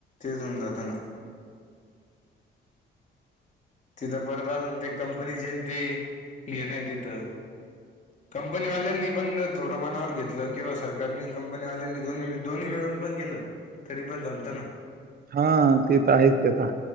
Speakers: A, on the left (about 40°); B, on the right (about 50°).
A: तिथून जाताना तिथं परत अजून ते कंपनी चे तेन हे नाही तिथं कंपनी वाल्यांनी पण थोडं मनावर घेतलं किंवा सरकारनी कंपनी वाल्यांनी दोन्ही दोन्ही मिळून पण केलं तरी पण जमतं ना
B: हा ते तर आहेच की आता